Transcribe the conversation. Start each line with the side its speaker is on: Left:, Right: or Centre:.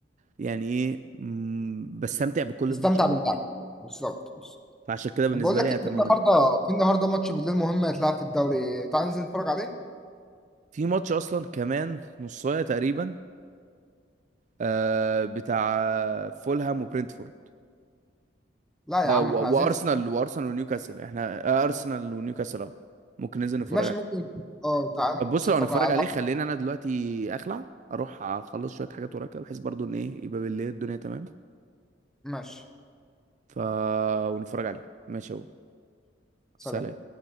Right: يعني ايه مم، بستمتع بكل
Centre: نستمتع
Right: الماتشات
Centre: باللعب بالظبط بص
Right: فعشان كده بالنسبه
Centre: طب بقول لك
Right: لي
Centre: إيه،
Right: اتمنى
Centre: في النهارده في النهارده ماتش بالليل مهم هيتلعب في الدوري تعال ننزل نتفرج عليه
Right: في ماتش اصلا كمان نص ساعه تقريبا آه بتاع فولهام وبرنتفورد
Centre: لا يا
Right: آه
Centre: عم
Right: و-
Centre: احنا عايزين
Right: وارسنال وارسنال ونيوكاسل احنا آه ارسنال ونيوكاسل اه ممكن ننزل نتفرج
Centre: ماشي
Right: عليه
Centre: ممكن اه تعال
Right: طب بص
Centre: ننزل
Right: لو
Centre: نتفرج
Right: هنتفرج
Centre: عليه
Right: عليه خلينا انا دلوقتي اخلع اروح اخلص شويه حاجات ورايا كده بحيث برضو ان ايه يبقى بالليل الدنيا تمام
Centre: ماشي
Right: ف ونتفرج عليه ماشي اهو
Centre: سلام
Right: سلام